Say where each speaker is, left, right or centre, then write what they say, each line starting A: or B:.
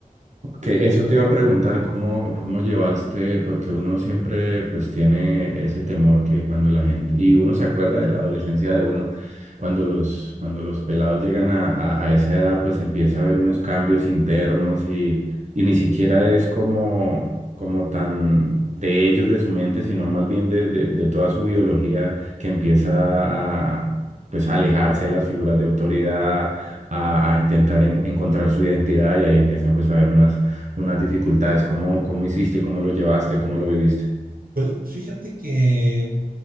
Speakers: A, on the right; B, on the right.
A: Que eso te iba a preguntar, ¿cómo, cómo llevaste? Porque uno siempre pues tiene ese temor que cuando la gente, y uno se acuerda de la adolescencia de uno, cuando los, cuando los pelados llegan a, a- a esa edad pues empieza a haber unos cambios internos y, y ni siquiera es como, como tan de ellos, de su mente, sino más bien de, de, de toda su biología que empieza a pues alejarse de las figuras de autoridad a, a intentar en- encontrar su identidad y ahí empieza pues a haber unas unas dificultades, cómo, cómo hiciste, cómo lo llevaste, cómo lo viviste.
B: Pues fíjate que